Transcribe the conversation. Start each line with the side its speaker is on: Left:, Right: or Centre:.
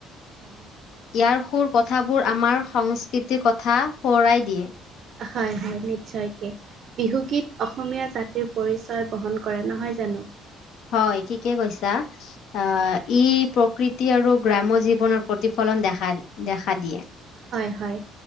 Right: হয়।
Left: ইয়াৰ সুৰ কথাবোৰ আমাৰ সংস্কৃতিৰ কথা সোঁৱৰাই দিয়ে।
Right: হয়- হয়, নিশ্চয় কে। বিহুগীত অসমীয়া জাতিৰ পৰিচয় বহন কৰে নহয় জানো?
Left: হয় ঠিকে কৈছা। আহ, ই প্ৰকৃতি আৰু গ্ৰাম্য জীৱনৰ প্ৰতিফলন দেখা- দেখা দিয়ে।
Right: হয়-হয়।